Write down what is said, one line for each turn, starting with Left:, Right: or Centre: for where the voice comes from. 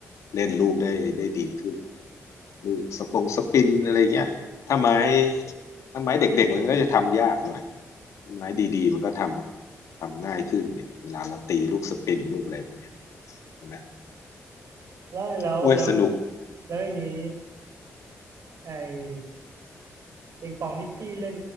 Left: เล่นลูกได้ได้ดีขึ้น ลูกสปงสปินอะไรเงี้ยถ้าไม้ถ้าไม้เด็กๆมันก็จะทำยากหน่อยถ้าไม้ดีๆมันก็ทำทำง่ายขึ้นเนี่ยเวลาเราตีลูกสปินลูกอะไรพวกเนี้ยเห็นไหม
Right: แล้วแล้วแล้ว
Left: โอ้ยสนุก
Right: แล้วอย่างนี้ไอ้ปิงปองนี่พี่เล่น